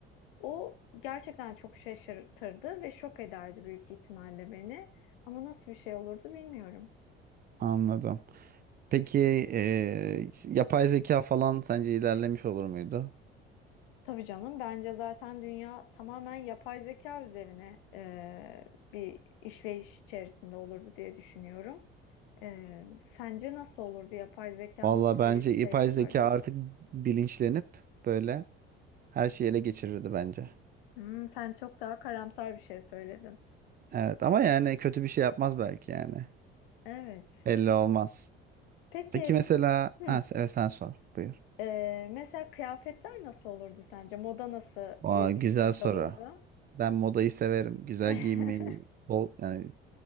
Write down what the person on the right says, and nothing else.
anladım. Peki e, yapay zeka falan sence ilerlemiş olur muydu?
Valla
bence
yapay
zeka artık bilinçlenip böyle her şeyi ele geçirirdi bence.
Evet ama yani kötü bir şey yapmaz belki yani.
Belli olmaz.
Peki mesela
ha, se- evet sen sor buyur.
Aa,
güzel
soru.
Ben modayı severim. Güzel
giyinmeyi bol yani